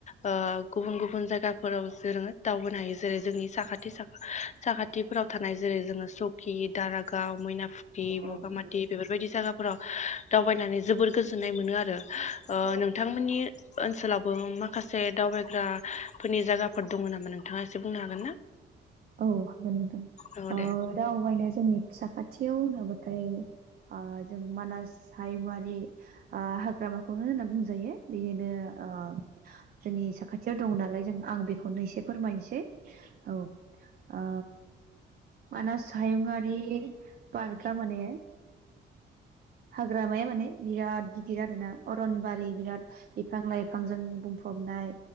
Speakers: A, on the left (about 35°); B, on the right (about 50°).
A: ओ गुबुन गुबुन जायगा फोराव जोङो दावबोनो हायो जेरै जोंनि साखाथि सा-साखाथिफोराव थानाय जेरै जोङो सकि, दारागाव <unintelligible>
B: औ नंगौ
A: बिदि जागाफ्राव दावबायनानै जोबोर गोजोनाय मोनो आरो। ओ
B: औ
A: नोंथांमोननि ओनसोलावबो माखासे दावबायग्रा फोरनि जागाफोर दङ' नामा नोंथाङा एसे बुंनो हागोन ना?
B: औ हागोन नोंथां
A: औ दे
B: ओ दावबायनाया जोंनि साखाथियाव होनोबाथाय ओ जों मानास हायुंआरि ओ हाग्रामाखौनो होनना बुंजायो बेनो ओ जोंनि साखाथियाव दं नालाय जों आं बेखौनो एसे फोरमायनोसै औ। ओ मानस हायुङारि पार्कआ माने हाग्रामाया माने बिराद गिदिर आरो ना अरनबारि बिराद बिफां लाइफांजों बुंफबनाय